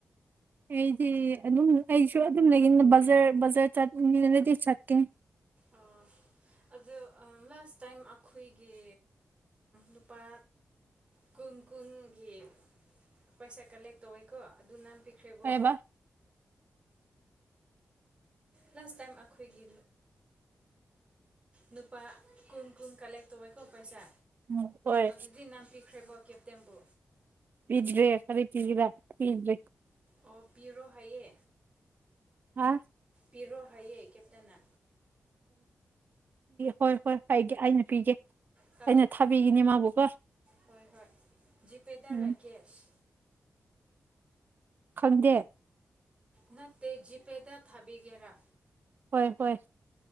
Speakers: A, on the right (about 45°); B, on the right (about 25°).
A: ꯑꯩꯗꯤ ꯑꯗꯨꯝ ꯑꯩꯁꯨ ꯑꯗꯨꯝ ꯂꯩꯅꯤ ꯕꯖꯔ ꯕꯖꯥꯔ ꯆꯠꯅꯤꯡꯅꯗꯤ ꯆꯠꯀꯅꯤ
B: ꯑ ꯑꯣ ꯂꯥꯁ ꯇꯥꯏꯝ ꯑꯩꯈꯣꯏꯒꯤ ꯂꯨꯄꯥ ꯀꯨꯟ ꯀꯨꯟꯒꯤ ꯄꯩꯁꯥ ꯀꯂꯦꯛ ꯇꯧꯋꯦꯀꯣ ꯑꯗꯨ ꯅꯍꯥꯟ ꯄꯈ꯭ꯔꯦꯕꯣ
A: ꯀꯩꯕ
B: ꯂꯥꯁ ꯇꯥꯏꯝ ꯑꯩꯈꯣꯏꯒꯤ ꯅꯨꯄꯥ ꯀꯨꯝ ꯀꯨꯝ ꯀꯂꯦꯦꯛ ꯇꯧꯧꯕꯦꯀꯣ ꯄꯩꯁꯥ
A: ꯎꯝ ꯍꯣꯏ
B: ꯑꯗꯨꯗꯤ ꯅꯥꯟꯄꯤꯈ꯭ꯔꯦꯕꯣ ꯀꯦꯞꯇꯦꯝꯕꯨ
A: ꯄꯗ꯭ꯔꯦ ꯀꯔꯤꯄꯤꯗꯔꯥ ꯄꯗ꯭ꯔꯦ
B: ꯑꯣ ꯄꯤꯌꯔꯣ ꯍꯥꯏꯌꯦ
A: ꯍꯥ
B: ꯄꯤꯔꯣ ꯍꯥꯏꯌꯦ ꯀꯦꯞꯇꯟꯅ
A: ꯍꯣꯏ ꯍꯣꯏ ꯍꯥꯏꯒꯦ ꯑꯩꯅ ꯄꯤꯒꯦ
B: ꯀ
A: ꯑꯩꯅ ꯊꯥꯕꯤꯒꯅꯤ ꯃꯥꯕꯨꯀꯣ
B: ꯍꯣꯏ ꯍꯣꯏ ꯖꯤꯄꯦꯗꯔ
A: ꯎꯝ
B: ꯀꯦꯁ
A: ꯈꯗꯦ
B: ꯅꯠꯇꯦ ꯖꯤꯄꯦꯗ ꯊꯥꯕꯤꯒꯦꯔꯥ
A: ꯍꯣꯏ ꯍꯣꯏ